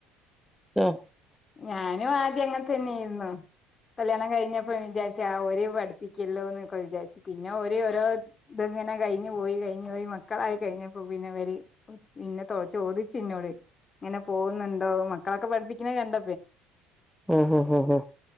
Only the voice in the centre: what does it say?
ശൊ <unintelligible>
ഹു ഹു ഹു ഹു